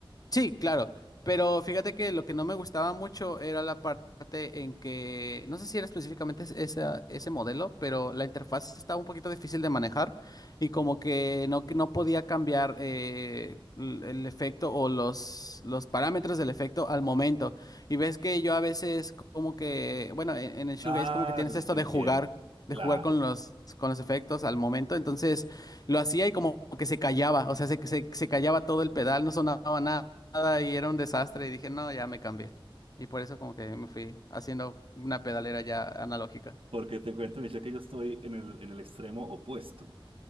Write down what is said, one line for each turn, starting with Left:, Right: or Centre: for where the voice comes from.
Left: Sí, claro, pero fíjate que lo que no me gustaba mucho era la parte en que, no sé si era específicamente es- esa- ese modelo, pero la interfaz estaba un poquito difícil de manejar y como que no, que no podía cambiar eh, l- el efecto o los, los parámetros del efecto al momento. Y ves que yo a veces como que, bueno, en, en el shoegaze
Right: Ah,
Left: como que tienes
Right: eso sí
Left: esto
Right: te
Left: de
Right: entiendo.
Left: jugar.
Right: Claro.
Left: de jugar con los, con los efectos al momento, entonces lo hacía y como que se callaba, o sea, se, se, se callaba todo el pedal, no sonaba nada nada y era un desastre y dije, no, ya me cambié. Y por eso como que me fui haciendo una pedalera ya analógica.
Right: Porque te cuento, Michelle, que yo estoy en el, en el extremo opuesto.